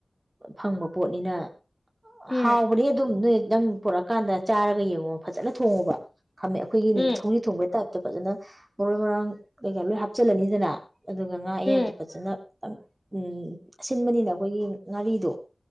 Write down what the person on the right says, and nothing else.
ꯐꯪꯕ ꯄꯣꯠꯅꯤꯅ
ꯍꯥꯎ ꯕꯅꯦ ꯑꯗꯨꯝ ꯅꯣꯏ ꯅꯪ ꯄꯨꯔꯛꯑꯀꯥꯟꯗ ꯆꯥꯔꯒ ꯌꯦꯡꯉꯣ ꯐꯖꯅ ꯊꯣꯡꯉꯨꯕ ꯈꯝꯃꯦ ꯑꯈꯣꯏꯒꯤ
ꯅꯤꯡ ꯁꯧꯒ꯭ꯔꯤ ꯊꯣꯡꯕꯩꯥ ꯇꯛ ꯇ ꯐꯖꯅ ꯃꯔꯣꯏ ꯃꯔꯥꯡ ꯀꯩꯀꯥ ꯂꯣꯏ ꯍꯥꯞꯆꯤꯜꯂꯅꯤꯗꯅ ꯑꯗꯨꯒ ꯉꯥ ꯑꯌꯥꯏꯕꯗꯣ
ꯐꯖꯅ ꯎꯝ ꯑꯁꯤꯟ ꯂꯤꯅ ꯑꯈꯣꯏꯒꯤ ꯉꯥꯔꯤꯗꯣ